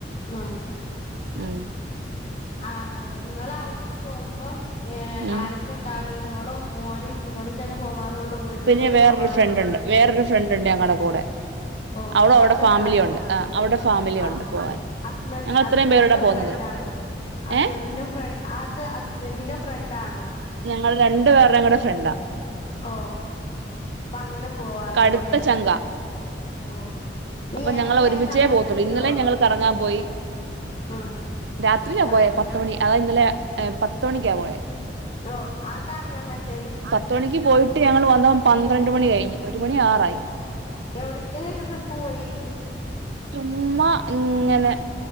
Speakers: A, on the left (about 35°); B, on the right (about 85°).
A: ആ
B: മ്
A: ആ ങ്ങൾ അവട്‌ക്ക് പോകുമ്പോ ഏ
B: ഉം
A: ആരൊ ക്കെ ണ്ടാറ് ഇങ്ങളും മോനും ഇങ്ങളും തന്നെ പോവാറുള്ളു വീട്ടിൽത്തോല്
B: പിന്നെ വേറൊരു
A: പോവാറ്ണ്ടോ
B: ഫ്രണ്ട് ഉണ്ട് വേറൊരു ഫ്രണ്ട്ണ്ട് ഞങ്ങടെ കൂടെ
A: ഓഹ്
B: അവളവിടെ
A: അതെന്താ
B: ഫാമിലി ഉണ്ട് ആ അവിടെ
A: ആഹ്
B: ഫാമിലി
A: ഹസ്
B: ഉണ്ട് പോവാൻ
A: ഹസ്ബൻ
B: ഞങ്ങൾ
A: ഹസ്ബന്റിൻന്റെ
B: ഇത്രയും പേരുടെ പോകുന്നത്
A: ഫ്രണ്ട് ആണോ ഹസ്ബന്റിന്റെ
B: ഏ
A: ഫ്ര അത് ഹസ്ബന്റിന്റെ ഫ്രണ്ട് ആണോ
B: ഞങ്ങള് രണ്ടു പേര്ടെ കൂടെ ഫ്രണ്ട
A: ഓ അപ്പൊ അങ്ങനെ പോവാറുണ്ട്ല്ലേ
B: കടുത്ത ചങ്ക
A: ഓ നീ
B: അപ്പൊ ഞങ്ങള്
A: എന്നീ
B: ഒരുമിച്ചേ
A: ആ ചങ്ങില്
B: പോവ ത്തുള്ളൂ
A: കൂട്ടുവോ
B: ഇന്നലെ ഞങ്ങ കറങ്ങാൻ പോയി
A: ആ
B: രാത്രിയില
A: എവിടെ
B: പോയെ പത്തുമണി അതാ ഇന്നലെ ഏപത്തുമണിക്കാ പോയെ
A: ഓ അതാണ് ഞാൻ മെസ്സേ
B: പത്തുമണിക്ക് പോയിട്ട് ഞങ്ങൾ വന്നത് പന്ത്രണ്ട് മണി കഴിഞ് ഒരു മണി ആകാറായി
A: എവിടക്കെ ന്നട്ട് ട്രിപ്പ് പോയി
B: ചുമ്മാ ഇങ്ങനെ